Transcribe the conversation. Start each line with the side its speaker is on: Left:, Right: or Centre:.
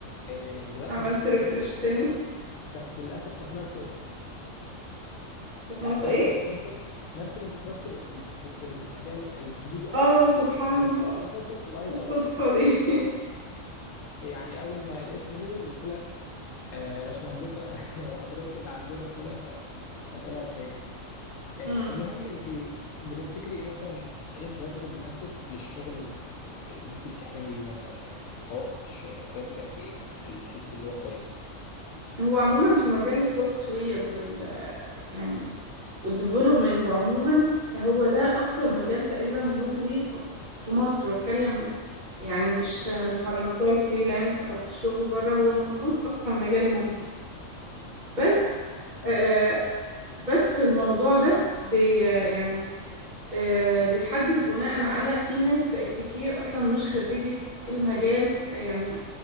Left: آه بدأت
Right: عملت
Left: من الصفر
Right: ريفرش
Left: تاني
Right: تاني
Left: بس للأسف كانت نفس الانستراكتور
Right: كانت ناقصه
Left: يعني نفس
Right: ايه
Left: الانستراكتور نفس الانستراكتور اللي في المجال اللي في الدي بي اي
Right: اه سبحان
Left: هي
Right: الله
Left: نفس الانستراكتور في الاي
Right: الصدفه
Left: تي اي
Right: دي <laughs>
Left: يعني أول ما الاسم نزل قلت لها آه باشمهندسة <laughs> وحضرتك اللي عندنا وكده ف... فطلعت هي آه،
Right: مم.
Left: المهم انت بتفتكري ايه مثلا ايه الراتب المناسب للشغل ال- اللي انت بتحلمي بيه مثلا يعني متوسط الشغل الراتب قد ايه مثلا اللي تحسي اللي هو كويس
Right: هو عموما في مجال السوفت وير وال يعني والديفلوبمنت عموما هو ده اكتر مجال تقريبا مجزي في في مصر بتكلم يعني مش مش على مستوى الفريلانس او في الشغل بره هو المفروض اكتر مجال مجزي بس
Left: فعلا
Right: آه بس الموضوع ده بي يعني آه بتحدد بناء على في ناس بقت كتير اصلا مش خريجة المجال آه، يعني